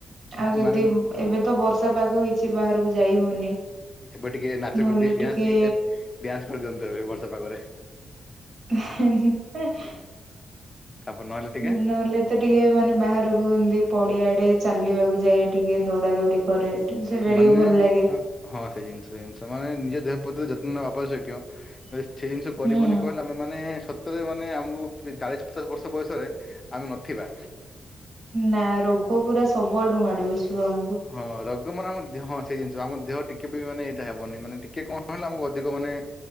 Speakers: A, on the right (about 75°); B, on the left (about 30°).
A: ଆଉ ଯଦି
B: ମାନେ
A: ଏବେ ତ ବର୍ଷା ପାଗ ହେଇଛି ବାହାରକୁ ଯାଇ ହଉନି
B: ଏବେ ଟିକେ ନାଚ
A: ନହେଲେ
B: କରିଦେଇ ଡାନ୍ସ
A: ଟିକେ
B: ଏ ଡ୍ୟାନ୍ସ କରିଦିଅନ୍ତୁ ଏବେ ବର୍ଷା ପାଗରେ।
A: <unintelligible>
B: ତାପ ନହେଲେ ଟିକେ
A: ହୁ ନହେଲେ ତ ଟିକେ ମାନେ ବାହାରକୁ ଏମିତି ପଡିଆଡେ ଚାଲି ଲିବାକୁ ଯାଏ ଟିକେ ଦୌଡା ଦୌଡି କରେକ ସେଇଟା
B: ମାନେ
A: ଟିକେ ଭଲ ଲାଗେ।
B: ଅ ହଁ ସେ ଜିନିଷ ସେ ଜିନିଷ ମାନେ ନିଜ ଦେହ ପତିରେ ଯତ୍ନ ନେବା ଆବଶ୍ୟକିୟ ଯ ସେଇ ଜିନିଷ କରିବନି
A: ହୁଁ
B: କହିଲେ ଆମେ ମାନେ ସତ ତ ରେ ମାନେ ଆମକୁ ଚାଳିଶି ପଚାଶ ବର୍ଷ ବୟସରେ ଆମେ ନଥିବା।
A: ନା ରୋଗ ପୁରା ସବୁଆଡୁ ମାଡି ବସିବ ଆମକୁ।
B: ହଁ ରକ୍ ମାନେ ଆମ ହଁ ସେଇ ଜିନିଷ ଆମ ଦେହ ଟିକେ ବି ମାନେ ଏଇଟା ହେବନି ମାନେ ଟିକେ କଣ ହେଲେ ଆମକୁ ଅଧିକ ମାନେ